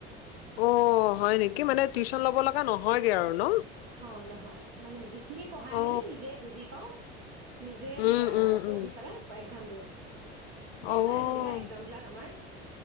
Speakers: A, on the left (about 65°); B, on the right (about 70°).
A: অ' হয় নেকি, মানে টিউচন ল'ব লগা নহয়গে আৰু ন?
B: অ' নহয় মানে যিখিনি পঢ়াই
A: অ
B: মানে নিজে বুজি পাও, নিজে
A: উম
B: সেয়া
A: উম
B: পঢ়ি
A: উম
B: পেলাই এক্সাম দিওঁ। <inaudible>
A: অ',
B: যায় যেনিবা এক্সামবিলাক আমাৰ